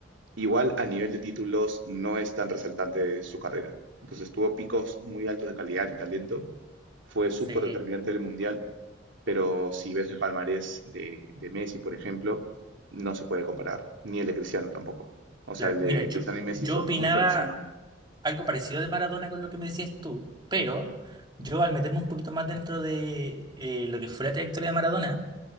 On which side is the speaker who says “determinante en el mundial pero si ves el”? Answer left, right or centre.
Right